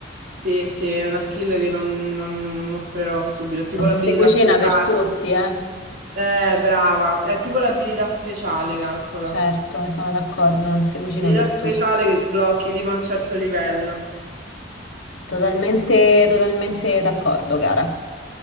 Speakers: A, on the right (about 50°); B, on the left (about 80°).
A: sì, sì, è una skill che non, non- non mostrerò subito, tipo
B: Non
A: l'abilità
B: si cucina
A: speciale.
B: per tutti, eh?
A: Eh, brava, è tipo l'abilità speciale, calcola.
B: Certo, sono d'accordo, non si cucina
A: Abilità
B: per
A: speciale
B: tutti.
A: che sblocchi tipo a un certo livello.
B: Totalmente, totalmente d'accordo, cara.